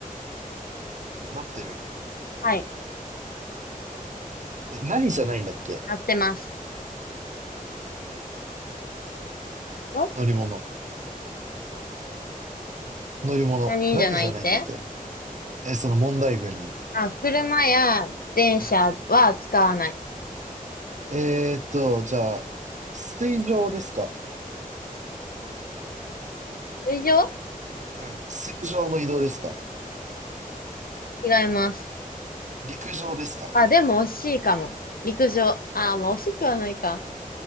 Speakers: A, on the right; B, on the left.
A: なってる。
B: はい。
A: え、何じゃないんだっけ
B: 合ってます。お
A: 乗り物。乗り物。
B: 何じゃないって
A: 何じゃないんだっけえ、その問題文に。
B: あ、車や電車は使わない。
A: うん。えーっと、じゃあ、水上ですか
B: 水上
A: うん。水上の移動ですか
B: 違います。
A: 陸上ですか
B: あ、でも惜しいかも。陸上。あ、まあ惜しくはないか。